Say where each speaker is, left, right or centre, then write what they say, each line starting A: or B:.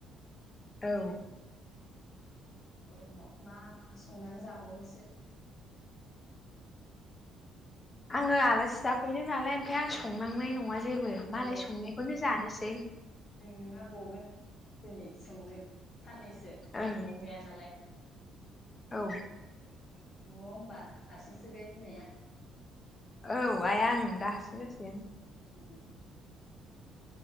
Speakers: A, on the left (about 20°); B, on the left (about 40°).
A: औ।
B: गरमाव मा संनानै जाबावनोसो।
A: आङो आलासि जाफैदो नालाय ओमफ्राय आं संनांनाय नङा। जेबो
B: औ
A: मालाय संनायखौनो जानोसै।
B: नोङा गगोन दिनै संनो साननैसो
A: ओं
B: ओ न'आव गैया नालाय।
A: औ
B: न'आव होमबा हारसिंसो बे बिमाया।
A: औ आइया ओं दा हारसिं जासिगोन।
B: उम।